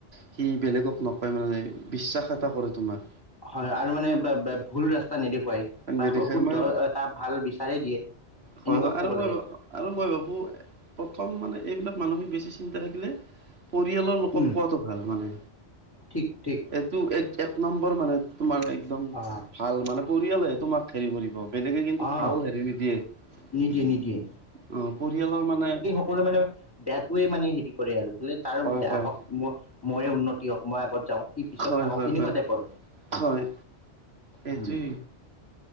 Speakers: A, on the right; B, on the left.
A: সি বেলেগক নকয় মানে বিশ্বাস এটা কৰে তোমাক।
B: হয় হয় আৰু মানে বা বা ভুল ৰাস্তা নেদেখুৱাই।
A: হয়
B: বা
A: নেদেখে
B: শুদ্ধ
A: মই
B: এটা ভাল বিচাৰেেই দিয়ে
A: হয়
B: এনেকুৱা
A: হয়
B: ক'ব
A: আৰু মই
B: লাগে।
A: আৰু মই ভাবোঁ প্ৰথম মানে এইবিলাক মানসিক বেছি চিন্তা থাকিলে। পৰিয়ালৰ লোকক
B: উম
A: কোৱাটো ভাল মানে
B: ঠিক ঠিক
A: এ টো এক এক নম্বৰ মানে তোমাৰ একদম
B: অঁ
A: ভাল মানে পৰিয়ালে তোমাক হেৰি কৰিব। বেলেকে কিন্তু
B: অঁ
A: ভাল হেৰি নিদিয়ে অ'
B: নিদিয়ে নিদিয়ে
A: পৰিয়ালৰ মানে।
B: সকলো মানে বেয়াটোৱে মানে হেৰি কৰে আৰু বোলে তাৰ
A: হয়
B: বেয়া
A: হয়
B: হওক মোৰ মৰে উন্নতি হওক, মই আগত যাওঁ, সি পিছত
A: হয়,
B: থাকক
A: হয়,
B: সেনেকুৱা
A: হয়,
B: টাইপৰ
A: হয়, এইটোৱেই।
B: উম'।